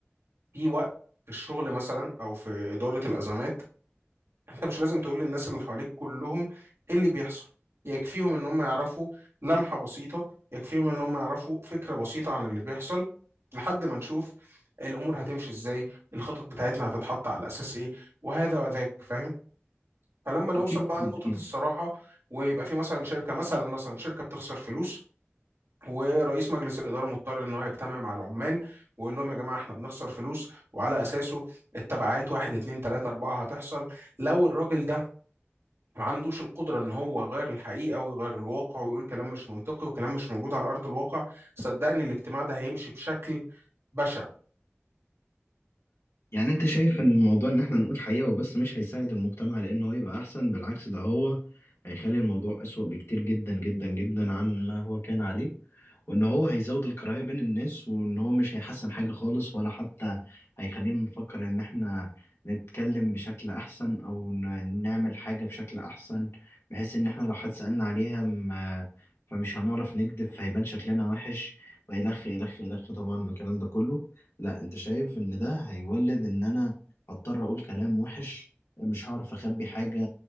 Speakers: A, on the right; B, on the left.
A: في وقت في الشغل مثلا او في اداره الازمات انت مش لازم تقول للناس اللي حواليك كلهم ايه اللي بيحصل يكفيهم ان هم يعرفوا لمحه بسيطه يكفيهم ان هم يعرفوا فكره بسيطه عن اللي بيحصل لحد ما نشوف الامور هتمشي ازاي الخطط بتاعتنا هتتحط على اساس ايه وهذا وذاك فاهم فلما نوصل
B: أكيد
A: بقى
B: طبعا
A: لنقطه
B: أكيد
A: الصراحه ويبقى في مثلا شركه مثلا مثلا شركه بتخسر فلوس ورئيس مجلس الاداره مضطر ان هو يجتمع مع العمال ويقول لهم يا جماعه احنا بنخسر فلوس وعلى اساسه التبعات واحد اتنين تلاته اربعه هتحصل لو الراجل ده ما عندوش القدره ان هو يغير الحقيقه ويغير الواقع ويقول كلام مش منطقي وكلام مش موجود على ارض الواقع صدقني الاجتماع ده هيمشي بشكل بشع
B: يعني أنت شايف إن الموضوع إن إحنا نقول حقيقة وبس مش هيساعد المجتمع لأن هو يبقى أحسن بالعكس ده هو هيخلي الموضوع أسوأ بكتير جدا جدا جدا عن ما هو كان عليه وان هو هيزود الكراهية بين الناس وان هو مش هيحسن حاجة خالص ولا حتى هيخلينا نفكر ان احنا نتكلم بشكل احسن او ن- نعمل حاجة بشكل احسن بحيث ان احنا لو حد سألنا عليها ما فمش هنعرف نكذب فهيبان شكلنا وحش وإلخ إلخ إلخ طبعا الكلام ده كله لا انت شايف ان ده هيولد ان انا هضطر اقول كلام وحش مش هعرف اخبي حاجة